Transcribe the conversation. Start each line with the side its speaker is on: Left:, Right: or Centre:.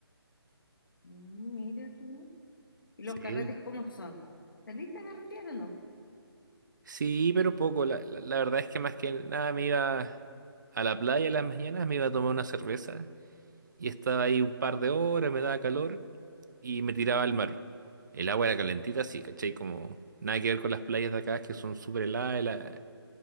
Left: Mm, mira tú. ¿Y
Right: Sí.
Left: los carretes cómo son? ¿Saliste a carretear o no?
Right: Sí, pero poco. La, la, la verdad es que más que nada me iba a la playa en las mañanas, me iba a tomar una cerveza y estaba ahí un par de horas, me daba calor y me tiraba al mar. El agua era calentita, sí, ¿cachai? Como nada que ver con las playas de acá que son súper heladas. la-